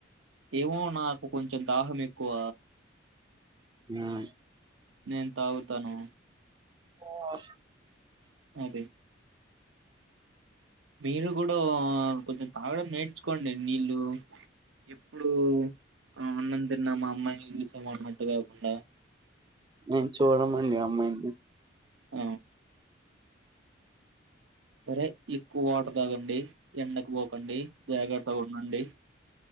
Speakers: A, on the right; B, on the right.
A: ఏమో నాకు కొంచెం దాహం ఎక్కువ
B: న
A: నేను తాగుతను
B: ఓ ఆ
A: అదే మీరు కూడా కొంచెం తాగడం నేర్చుకోండి నీళ్ళు ఎప్పుడు ఆ అన్నం తిన్నామా అమ్మాయిని చూసామా అన్నట్టు కాకుండా
B: నేను చూడమండి అమ్మాయిని
A: ఆ సరే ఎక్కువ వాటర్ తాగండి ఎండకు పోకండి జాగ్రత్తగా ఉండండి